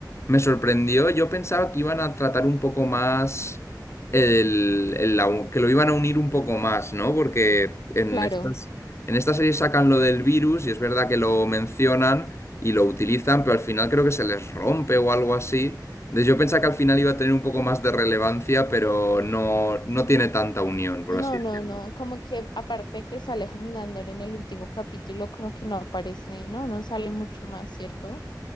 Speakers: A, on the left; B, on the left.
A: me sorprendió, yo pensaba que iban a tratar un poco más el, el la- que lo iban a unir un poco más, ¿no? Porque en
B: Claro.
A: estas, en esta serie sacan lo del virus y es verdad que lo mencionan y lo utilizan, pero al final creo que se les rompe o algo así. Entonces yo pensaba que al final iba a tener un poco más de relevancia, pero no, no tiene tanta unión, por
B: No,
A: así decirlo.
B: no, no, como que aparte que sale Homelander en el último capítulo, como que no aparece, no, no sale mucho más, ¿cierto?